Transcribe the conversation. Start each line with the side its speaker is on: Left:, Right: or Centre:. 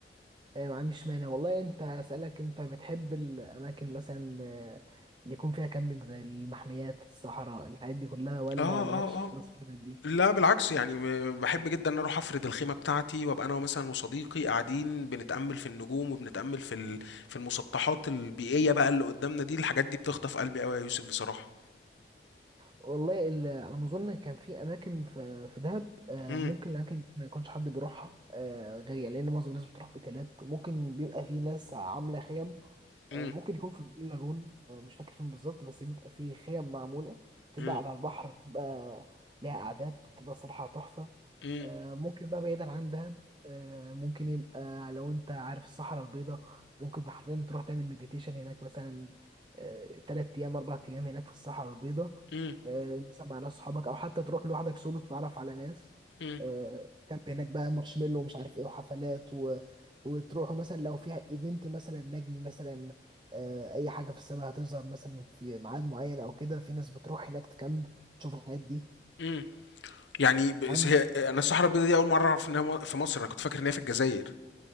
Right: آه، ما عنديش مانع والله انت اسألك انت بتحب الأماكن مثلا آه، اللي يكون فيها كامبينج زي المحميات الصحراء الحاجات دي كلها ولا
Left: اه
Right: مالكش
Left: اه
Right: خالص
Left: اه
Right: في الحتت دي
Left: لا بالعكس يعني م- بحب جدا ان اروح افرد الخيمه بتاعتي وابقى انا مثلا وصديقي قاعدين بنتامل في النجوم وبنتامل في ال... في المسطحات البيئيه بقى اللي قدامنا دي الحاجات دي بتخطف قلبي قوي يا يوسف بصراحه
Right: والله ال- على ما أظن كان في أماكن في في دهب آه،
Left: امم
Right: ممكن الأماكن دي ما يكونش حد بيروحها آه، غير يعني لأن معظم الناس بتروح أوتيلات ممكن بيبقى في ناس عاملة خيم
Left: امم
Right: آه، ممكن يكون في البلو لاجون آه، مش فاكر فين بالظبط بس بيبقى فيه خيم معمولة تبقى
Left: امم
Right: على البحر بتبقى ليها قعدات بتبقى صراحة تحفة
Left: امم
Right: آه، ممكن بقى بعيدا عن دهب آه، ممكن يبقى لو انت عارف الصحراء البيضاء ممكن حرفيا تروح تعمل مديتيشن هناك مثلا آه، تلات أيام أربع أيام هناك في الصحراء البيضاء
Left: امم
Right: آه، مثلا مع ناس صحابك أو حتى تروح لوحدك سولو تتعرف على ناس
Left: امم
Right: آه، كامب هناك بقى مارشميلو ومش عارف ايه وحفلات و... وتروحوا مثلا لو في ايفنت مثلا نجم مثلا آه، اي حاجه في السماء هتظهر مثلا في ميعاد معين او كده في ناس بتروح هناك تكامب تشوف الحاجات دي
Left: امم يعني بس
Right: عن
Left: هي انا الصحراء البيضاء دي اول مره اعرف انها مو- في مصر انا كنت فاكر ان هي في الجزائر